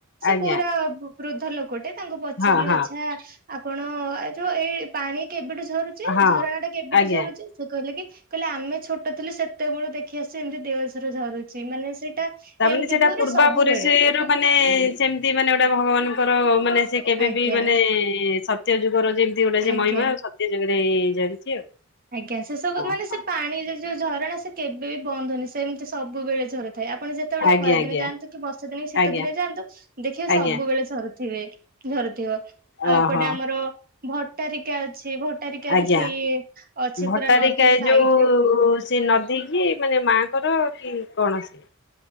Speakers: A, on the left (about 50°); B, on the right (about 40°).
A: ଆଜ୍ଞା
B: ପୁରା ବୃଦ୍ଧ ଲୋକଟେ ତାଙ୍କୁ ପଚାରିଲୁ
A: ହଁ ହଁ
B: ଆଚ୍ଛା। ଆପଣ ଯୋଉ ଏଇ ପାଣି କେବେଠୁ ଝରୁଛି
A: ହଁ
B: ଝରଣାଟା କେବେଠୁ
A: ଆଜ୍ଞା।
B: ଝରୁଛି ସେ କହିଲେ କି କହିଲେ ଆମେ ଛୋଟ ଥିଲୁ ସେତେବେଳୁ ଦେଖି ଆସି ଏମିତି ଦେଓ ଝର୍ ଝରୁଛି ମାନେ ସେଇଟା
A: ତାମାନେ
B: ଏମିତି
A: ସେଟା
B: ପୁରା
A: ପୂର୍ବାପୁରୀ
B: ସବୁବେଳେ
A: ସେରୁ ମାନେ ସେମିତି ମାନେ ଗୋଟା ଭଗବାନଙ୍କର ମାନେ ସେ କେବେ
B: ଆଜ୍ଞା
A: ବି ମାନେ ସତ୍ୟ ଯୁଗର ଯେମିତି ଗୋଟେ ସେ
B: ଆଜ୍ଞା।
A: ମହିମା ସତ୍ୟ ଯୁଗରୁ ହେଇ ଝରୁଛି ଆଉ।
B: ଆଜ୍ଞା ସେ ସବୁ
A: ଓହୋ
B: ମାନେ ସେ ପାଣି ଯୋଉ ଝରଣା ସେ କେବେ ବି ବନ୍ଦ ହଉନି ସେମିତି ସବୁବେଳେ ଝର ଥାଏ ଆପଣ ଯେତେବେଳେ
A: ଆଜ୍ଞା
B: ଖରା
A: ଆଜ୍ଞା
B: ଦିନେ ଯାଆନ୍ତୁ କି ବର୍ଷା ଦିନେ କି ଶୀତ
A: ଆଜ୍ଞା
B: ଦିନେ ଯାଆନ୍ତୁ ଦେଖିବେ
A: ଆଜ୍ଞା
B: ସବୁବେଳେ ଝରୁ ଥିବେ। ଝରୁଥିବ ଆଉ
A: ଓହୋ
B: ଏପଟେ ଆମର ଭ ଭଟ୍ଟାରିକା ଅଛି। ଭଟ୍ଟାରିକା
A: ଆଜ୍ଞା।
B: ବି ସେଇ ଅଛି
A: ଭଟ୍ଟାରିକା
B: ପୁରା ନଦୀ ସାଇଡ୍
A: ଯୋଉ
B: ରେ
A: ସେ ନଦୀ କିି ମାନେ ମାଆଙ୍କର କି କୌଣସି